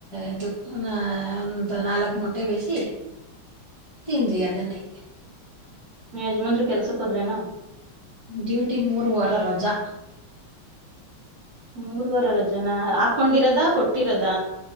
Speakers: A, on the left; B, on the right.
A: ಇದು ಒಂದು್ ನಾಲ್ಕ್ ಮೊಟ್ಟೆ ಬೇಯಿಸಿ ತಿಂದ್ರಿ ಅದನ್ನೇ
B: ಯಜ್ಮಾನ್ರಿ ಕೆಲ್ಸಕ್ ಹೋದ್ರೇನ
A: ಡ್ಯೂಟಿ ಮೂರು ವಾರ ರಜಾ
B: ಮೂರ್ವರರ ಜನ ಹಾಕೊಂಡಿರದ ಕೊಟ್ಟಿರದ